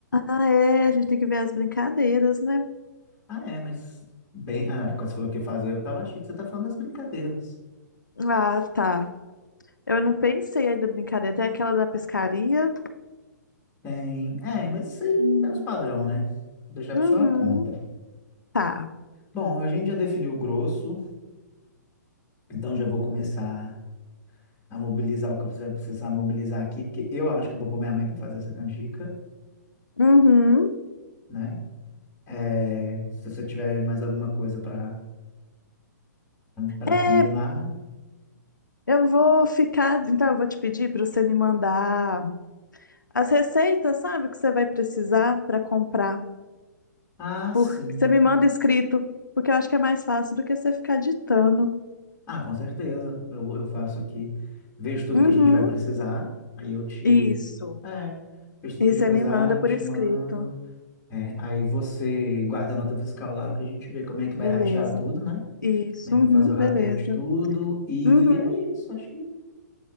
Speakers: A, on the left (about 90°); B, on the left (about 25°).
A: Ah, é, a gente tem que ver as brincadeiras, né?
B: Ah, é, mas bem. Ah, quando você falou que ia fazer, eu tava achando que você tá falando das brincadeiras.
A: Ah, tá. Eu não pensei aí da brincadeira. Tem aquela da pescaria.
B: Tem. É, mas isso aí
A: Hum.
B: é os padrão, né? Deixar
A: Uhum,
B: pra sua conta.
A: tá.
B: Bom, a gente já definiu o grosso, então já vou começar a mobilizar o que eu precisar precisar mobilizar aqui, porque eu acho que eu vou pôr minha mãe para fazer essa canjica,
A: Uhum.
B: né? É, se você tiver mais alguma coisa para para
A: É,
B: combinar.
A: eu vou ficar. Então, eu vou te pedir para você me mandar as receitas, sabe, que você vai precisar para comprar.
B: Ah,
A: Porque
B: sim.
A: você me manda escrito, porque eu acho que é mais fácil do que você ficar ditando.
B: Ah, com certeza. Eu, eu faço aqui. Vejo tudo
A: Uhum.
B: que a gente vai precisar. Aí eu te.
A: Isso.
B: É. Vejo tudo
A: E
B: que a
A: você
B: gente vai
A: me
B: precisar,
A: manda por
B: te
A: escrito.
B: mando. É. Aí você guarda a nota fiscal lá, que a gente vê como é que vai
A: Beleza.
B: ratear tudo, né?
A: Isso.
B: Como é que
A: Uhum,
B: vai fazer o rateio
A: beleza.
B: de tudo. E
A: Uhum.
B: é isso. Acho que, acho